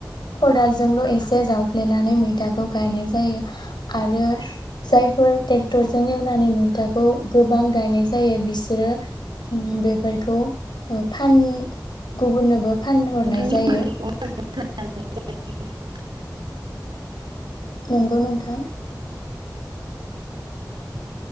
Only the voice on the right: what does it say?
नोंथांनि
माथोखौ <unintelligible>